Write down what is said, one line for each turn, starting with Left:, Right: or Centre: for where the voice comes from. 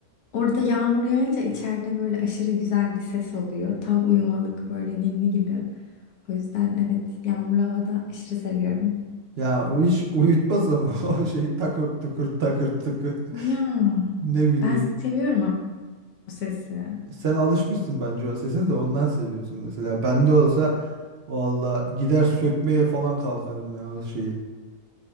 Left: Orada yağmur yağınca içeride böyle aşırı güzel bir ses oluyor. Tam uyumalık böyle ninni gibi. O yüzden evet yağmurlu havada aşırı seviyorum.
Right: Ya o iş uyutmaz ama <laughs> o şey takır tukur takır tukur
Left: Ya
Right: ne bileyim.
Left: ben seviyorum o sesi.
Right: Sen alışmışsın bence o sese de ondan seviyorsun mesela. Bende olsa valla gider sökmeye falan kalkarım ya o şeyi.